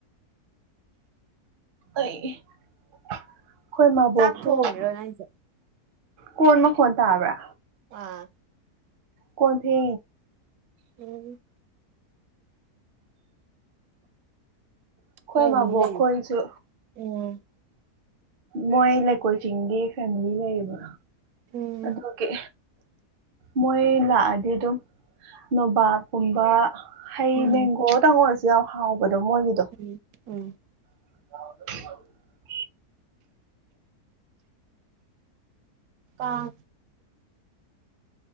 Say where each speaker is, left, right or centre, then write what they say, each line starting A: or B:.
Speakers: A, on the right; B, on the right.
A: ꯑꯩ ꯑꯩꯈꯣꯏ ꯃꯕꯣꯛꯁꯨ
B: ꯆꯥꯛ ꯊꯣꯡꯉꯤꯔꯣ ꯅꯪꯁꯦ
A: ꯀꯣꯟꯃ ꯈꯣꯟ ꯇꯥꯕ꯭ꯔꯥ
B: ꯑꯥ
A: ꯀꯣꯊꯤ
B: ꯎꯝ
A: ꯑꯩꯈꯣꯏ
B: ꯀꯂ
A: ꯃꯥꯕꯣꯛ ꯈꯣꯏꯁꯨ
B: ꯎꯝ
A: ꯃꯣꯏ ꯂꯩꯀꯣꯏ ꯆꯤꯡ ꯐꯦꯃꯤꯂꯤ ꯂꯩꯌꯦꯕ
B: ꯎꯝ
A: ꯑꯗꯨꯒꯤ ꯃꯣꯏ ꯂꯥꯛꯑꯗꯤ ꯑꯗꯨꯝ ꯅꯣꯕꯥꯞꯀꯨꯝꯕ ꯍꯩ
B: ꯎꯝ
A: ꯃꯦꯡꯒꯣ ꯇꯪꯉꯔꯁꯨ ꯌꯥꯝ ꯍꯥꯎꯕꯗꯣ ꯃꯣꯏꯒꯤꯗꯣ
B: ꯎꯝ ꯎꯝ
A: ꯑ
B: ꯑꯥ